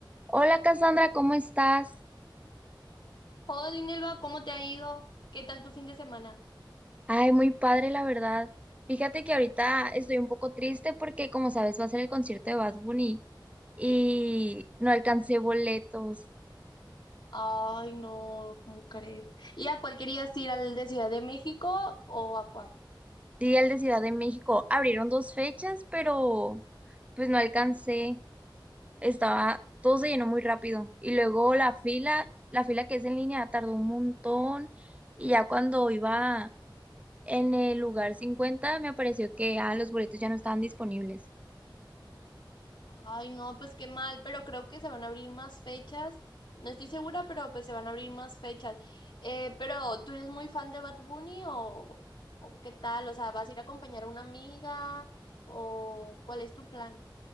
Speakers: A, on the right (about 15°); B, on the left (about 70°).
A: Hola Cassandra, ¿cómo estás?
B: Hola, Linelva, ¿cómo te ha ido? ¿Qué tal tu fin de semana?
A: Ay, muy padre, la verdad. Fíjate que ahorita estoy un poco triste porque, como sabes, va a ser el concierto de Bad Bunny y no alcancé boletos.
B: Ay, no, ¿cómo crees? ¿Y a cuál querías ir? ¿Al de Ciudad de México o a cuál?
A: Sí, el de Ciudad de México. Abrieron dos fechas, pero pues no alcancé. Estaba, todo se llenó muy rápido. Y luego la fila, la fila que es en línea, tardó un montón. Y ya cuando iba en el lugar 50 me pareció que ah, los boletos ya no estaban disponibles.
B: Ay, no, pues qué mal, pero creo que se van a abrir más fechas. No estoy segura, pero pues se van a abrir más fechas. Eh, pero, ¿tú eres muy fan de Bad Bunny o, o qué tal? O sea, ¿vas a ir a acompañar a una amiga o cuál es tu plan?